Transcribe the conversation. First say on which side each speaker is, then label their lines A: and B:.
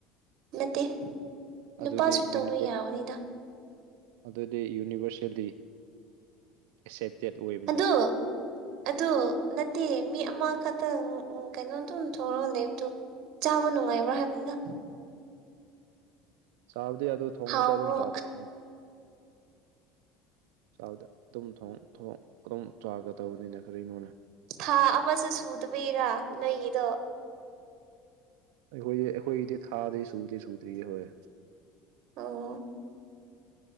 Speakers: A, on the right; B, on the right.
A: ꯅꯠꯇꯦ ꯅꯨꯄꯥꯁꯨ
B: ꯑꯗꯨꯗꯤ
A: ꯇꯧꯕ
B: ꯌꯨꯅꯤꯚꯔ
A: ꯌꯥꯕꯅꯤꯗ
B: ꯑꯗꯨꯗꯤ ꯌꯨꯅꯤꯕꯔꯁꯦꯜꯂꯤ ꯑꯦꯛꯁꯦꯞꯇꯦꯠ ꯑꯣꯏꯕ
A: ꯑꯗꯨ ꯑꯗꯨ ꯅꯠꯇꯦ ꯃꯤ ꯑꯃ ꯈꯛꯇꯪ ꯎꯝ ꯀꯩꯅꯣꯝꯗꯨꯝ ꯊꯣꯡꯉꯒ ꯂꯩꯕꯗꯣ ꯆꯥꯕ ꯅꯨꯡꯉꯥꯏꯕ꯭ꯔꯥ ꯍꯥꯏꯕꯅꯤꯗ
B: ꯆꯥꯕꯗꯤ ꯑꯗꯨ ꯊꯣꯡꯉꯩꯗ
A: ꯍꯥꯎꯕ꯭ꯔꯣ
B: ꯑꯗꯨꯝ ꯆꯥꯗꯣꯏꯅꯤ ꯎꯝ <unintelligible>
A: ꯊꯥ ꯑꯃꯁꯨ ꯁꯨꯗꯕꯤꯔꯥ ꯅꯣꯏꯒꯤꯗꯣ
B: ꯑꯩꯈꯣꯏꯗꯤ ꯑꯩꯈꯣꯏꯒꯤꯗꯤ ꯊꯥꯗꯤ ꯁꯨꯗꯦ ꯁꯨꯗ꯭ꯔꯤꯌꯦ ꯍꯣꯏ
A: ꯑꯣ